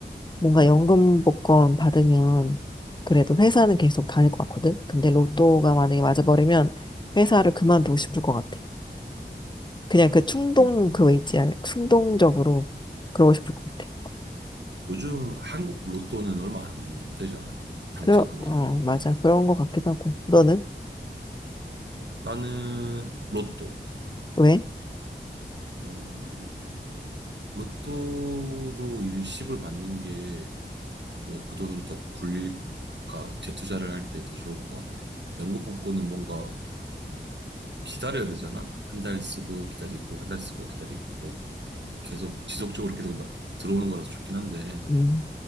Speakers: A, on the left; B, on the right.
A: 뭔가
B: 음,
A: 연금 복권 받으면, 그래도 회사는
B: 음.
A: 계속 다닐 것 같거든? 근데 로또가 만약에 맞아버리면, 회사를 그만두고 싶을 것 같아. 그냥 그 충동,
B: 음,
A: 그거 있지, 아니, 충동적으로 그러고 싶을 것 같아.
B: 요즘 한국 로또는 얼마 안 되잖아. 당첨
A: 그러,
B: 금액이.
A: 어, 맞아. 그런 것 같기도 하고. 너는?
B: 나는 로또.
A: 왜?
B: 음, 로또로 일시불 받는 게 뭐 그 돈으로 더 굴릴, 그러니까 재투자를 할 때 더 좋을 것 같아. 연금 복권은 뭔가 기다려야 되잖아. 한 달 쓰고 기다리고, 한 달 쓰고 기다리고, 뭐 계속 지속적으로 계속 나- 들어오는 거라서 좋긴 한데
A: 음,